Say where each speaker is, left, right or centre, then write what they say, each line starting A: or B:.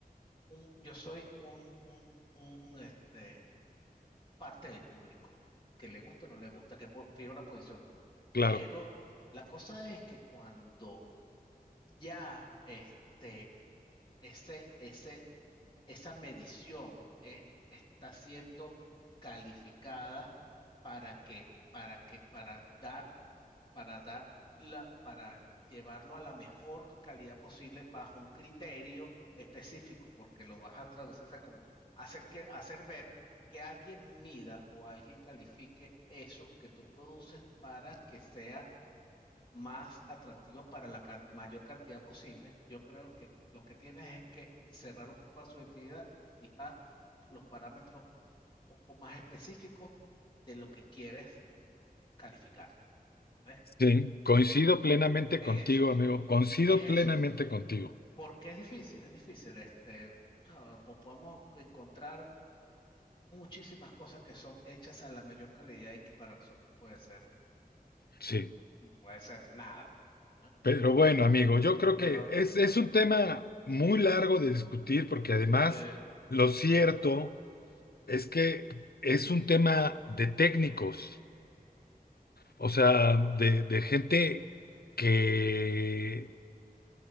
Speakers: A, on the left; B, on the left.
A: un, yo soy un, un- un, este, parte del público, que le gusta o no le gusta, que po- pide una posición.
B: claro.
A: Pero la cosa es que cuando ya este, ese, ese esa medición eh, está siendo calificada para que, para que, para dar, para dar la, para llevarlo a la mejor calidad posible bajo un criterio específico, porque lo vas a traducir, o sea, como hacer que, hacer ver que alguien mida o alguien califique eso que tú produces para que sea más atractivo para la can- mayor cantidad posible, yo creo que lo que tienes es que cerrar un poco la subjetividad y fijar los parámetros un poco más específicos de lo que quieres calificar. ¿ves?
B: Sí, coincido plenamente
A: Eh, Es
B: contigo,
A: eso,
B: amigo. Coincido
A: es eso.
B: plenamente contigo.
A: Porque es difícil, es difícil. Este, ah, mo- podemos encontrar muchísimas cosas que son hechas a la mayor calidad y que para nosotros puede ser,
B: Sí,
A: puede ser nada. ¿eh?
B: pero bueno, amigo, yo creo
A: Pero
B: que es, es un tema muy largo de discutir porque además
A: sí.
B: lo cierto es que es un tema de técnicos, o sea, de, de gente que,